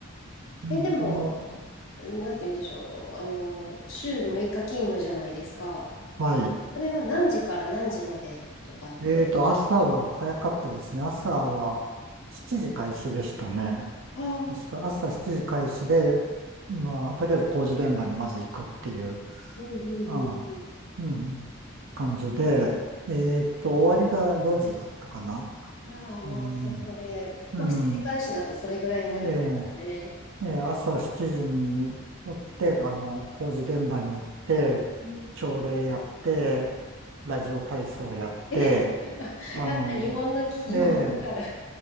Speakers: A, on the right; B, on the left.
A: うんま、
B: え、でも、なんて言うんでしょう。あの、週6日勤務じゃないですか。
A: はい。
B: それは何時から何時までとかって。
A: えーと、朝は早かったですね。朝は7時開始でしたね。
B: ああ、うん
A: 確か朝7時開始で、まあ、とりあえず工事現場にまず行くっていう、
B: うんうん
A: うん、うん、感じで、えーと、終わりが4時だったかな。
B: うん。ああ、まあ、
A: うん、
B: そ、それ、
A: うん、
B: まあ、7時開始だとそれぐらいになりますよね。
A: ええねえー朝7時に起きて、あの、工事現場に行って、
B: うん。
A: 朝礼やって、ラジオ体操やって、
B: <laughs> え、やっぱやっぱ日本の企業だから、
A: あの、ええ
B: <laughs>